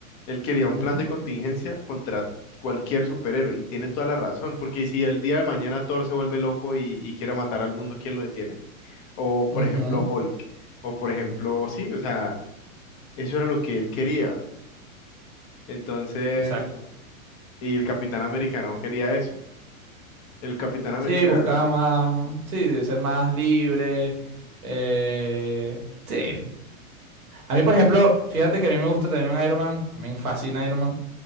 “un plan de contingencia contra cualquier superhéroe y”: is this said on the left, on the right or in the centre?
Left